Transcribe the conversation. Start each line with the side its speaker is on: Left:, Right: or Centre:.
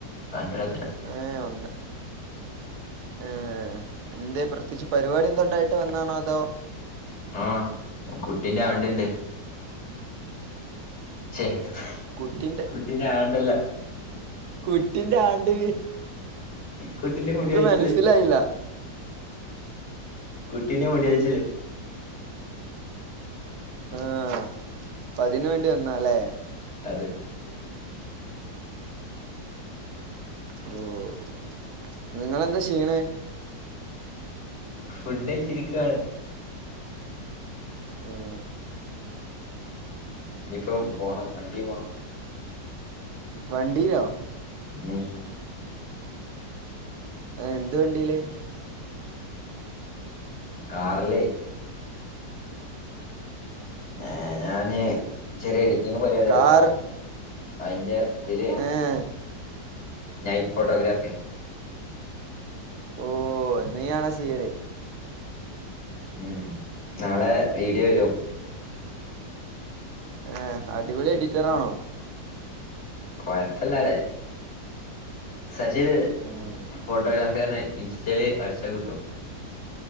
Left: രണ്ടര
Right: ഏഹ് ഒന്ന് ആഹ് എന്തേ പ്രത്യേകിച്ച് പരിപാടി എന്തുണ്ടായിട്ട് വന്നാണോ അതോ
Left: ആഹ് കുട്ടിന്റെ ആണ്ടിണ്ട് <unintelligible>
Right: കുട്ടിന്റെ
Left: കുട്ടീന്റെ ആണ്ടല്ല
Right: കുട്ടിന്റെ ആണ്ട്
Left: കുട്ടീന്റെ മുടി
Right: എനക്ക്
Left: കൊഴിച്ചില്
Right: മനസ്സിലായില്ല
Left: കുട്ടീനെ <unintelligible>
Right: ആഹ് അപ്പ അതിന് വേണ്ടി വന്ന അല്ലേ
Left: അതെ
Right: ഉം നിങ്ങളെന്താ ചെയ്യണേ
Left: ഫുഡ് കഴിച്ചിരിക്കുവാണ്
Right: ഉം
Left: ഇനിയിപ്പോ പോണം വണ്ടി പോണം
Right: വണ്ടിയിലോ
Left: ഉം
Right: ആഹ് എന്ത് വണ്ടീയില്
Left: കാറില് ഏഹ് ഞാന് ചെറിയ എഡിറ്റിങ്ങും പരിപാടികളൊക്കെ
Right: കാർ
Left: ഉണ്ട് അപ്പൊ അതിന്റെ ഇതില്
Right: ആഹ്‌
Left: നൈറ്റ് ഫോട്ടോഗ്രാഫി
Right: ഓഹ് നീ ആണ <unintelligible>
Left: ഉം നാളെ വീഡിയോ വരും
Right: ആഹ്‌ അടിപൊളി എഡിറ്ററാണോ
Left: <inaudible> കുഴപ്പില്ലാതെ സച്ചീത്
Right: ഉം.
Left: ഫോട്ടോഗ്രാഫി പറ ഇൻസ്റ്റൽ അടിച്ചാൽ കിട്ടൂ